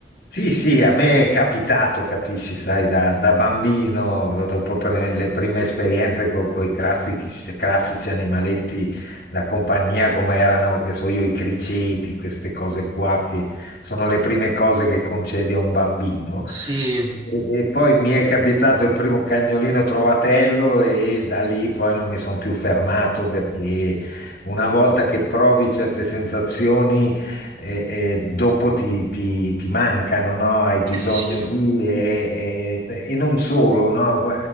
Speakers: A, on the left; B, on the right.
A: Sì, sì, a me è capitato, capisci, sai, da, da bambino, dopo pre- le prime esperienze con, i classici, classici animaletti da compagnia, come erano, che so io, i criceti, queste cose qua, che sono le prime cose che concedi a un bambino.
B: Sì, eh
A: E, e poi mi è capitato il primo cagnolino trovatello e da lì poi non mi sono più fermato perché una volta che provi certe sensazioni e, e dopo ti, ti- ti mancano, no? Hai bisogno
B: sì.
A: di... E, e- e non solo, no? Gu-